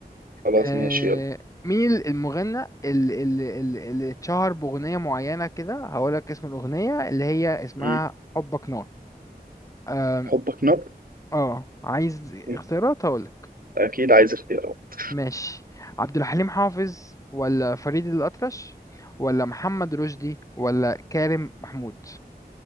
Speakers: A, on the right; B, on the left.
A: خلاص
B: آه
A: ماشي يلا
B: مين المغنى اللي اللي اللي اللي اتشهر باغنيه معينه كده هقول لك اسم الاغنيه اللي هي اسمها
A: م.
B: حبك نار
A: حبك نار
B: اه عايز اختيارات
A: م.
B: هقولك
A: أكيد عايز اختيارات
B: ماشي عبد الحليم حافظ ولا فريد الأطرش ولا محمد رشدي ولا كارم محمود